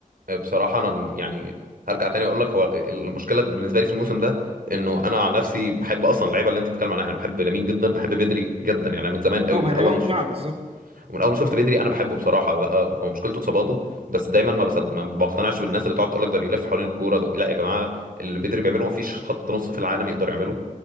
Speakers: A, on the right (about 85°); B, on the right (about 45°).
A: بصراحة أنا م- يعني هرجع تاني وأقول لك هو المشكلة بالنسبة لي في الموسم ده إنه أنا عن نفسي بحب أصلا اللعيبة اللي أنت بتتكلم عنها أنا بحب لامين جدا بحب بدري جدا يعني أنا من زمان قوي
B: اه
A: من
B: ما هي
A: أول
B: لعيبة
A: ما شفت
B: ممتعة بالظبط
A: ومن اول ما شفت بدري انا بحبه بصراحه بقى هو مشكلته اصاباته بس دايما ما بصد... ما بقتنعش بالناس اللي بتقعد تقول لك ده بيلف حوالين الكوره ده... لا يا جماعه اللي بدري بيعمله ما فيش خط نص في العالم يقدر يعمله